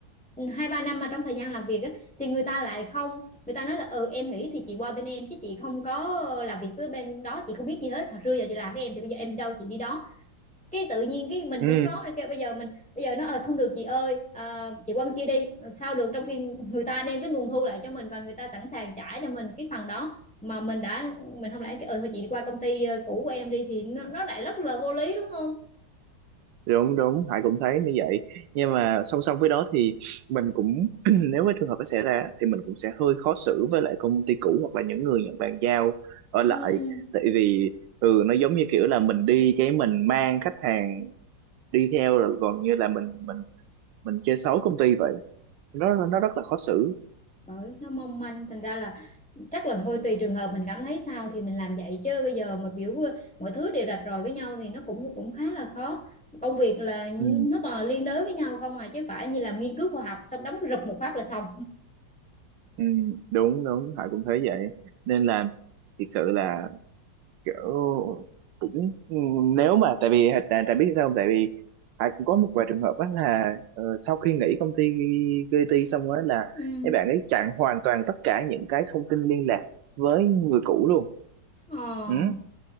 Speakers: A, in the centre; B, on the right.
A: ừ, hai ba năm mà trong thời gian làm việc á, thì người ta lại không người ta nói là ừ em nghĩ thì chị qua bên em chứ chị không có ờ, làm việc với bên đó chị không biết gì hết hồi xưa giờ chị làm với em thì bây giờ em đâu chị đi đó cái tự nhiên cái mình
B: ừ
A: cũng khó mình kêu bây giờ mình bây giờ nó ờ không được chị ơi à, chị qua bên kia đi sao được trong khi người ta đem cái nguồn thu lại cho mình và người ta sẵn sàng trả cho mình cái phần đó mà mình đã mình không lẽ cái, ừ thôi chị đi qua công ty ờ, cũ của em đi thì nó, nó lại rất là vô lý đúng không
B: đúng đúng Hải cũng thấy như vậy nhưng mà song song với đó thì mình cũng <clears throat> nếu cái trường hợp nó xảy ra thì mình cũng sẽ hơi khó xử với lại công ty cũ hoặc là những người nhận bàn giao ở lại
A: ừ
B: tại vì ừ nó giống như kiểu là mình đi cái mình mang khách hàng đi theo rồi còn như là mình mình mình chơi xấu công ty vậy nó nó rất là khó xử
A: bởi nó mong manh thành ra là chắc là thôi tùy trường hợp mình cảm thấy sao thì mình làm vậy chứ bây giờ mà biểu mọi thứ đều rạch ròi với nhau thì nó cũng cũng khá là khó công việc là
B: ừ,
A: nó toàn là liên đới với nhau không à chứ phải như làm nghiên cứu khoa học xong đóng rụp một phát là xong
B: ừ, đúng đúng Hải cũng thấy vậy nên là thực sự là kiểu cũng ừ, nếu mà tại vì Hạch tại, tại biết sao không tại vì Hải cũng có một vài trường hợp đó là ờ, sau khi nghỉ công ty GT xong á là
A: <laughs> ừ
B: mấy bạn ấy chặn hoàn toàn tất cả những cái thông tin liên lạc với người cũ luôn
A: ờ
B: ừ.